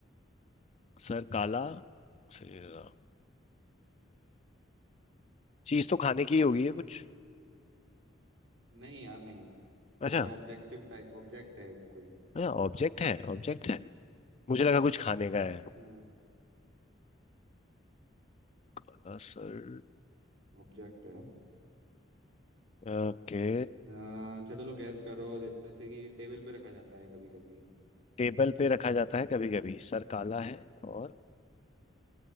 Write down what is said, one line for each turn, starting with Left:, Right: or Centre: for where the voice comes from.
Left: सर काला सिरा चीज तो खाने की ही होगी है कुछ
Right: नहीं यार नहीं
Left: अच्छा
Right: थोड़ा ऑब्जेक्टिव टाइप ऑब्जेक्ट है कोई
Left: अच्छा ऑब्जेक्ट है ऑब्जेक्ट है मुझे लगा कुछ खाने का है अ,
Right: हाँ
Left: काला सर
Right: ऑब्जेक्ट है
Left: ओके
Right: अ, अच्छा चलो गैस करो जैसे कि टेबल पे रखा जाता है कभी कभी
Left: टेबल पे रखा जाता है कभी कभी सर काला है और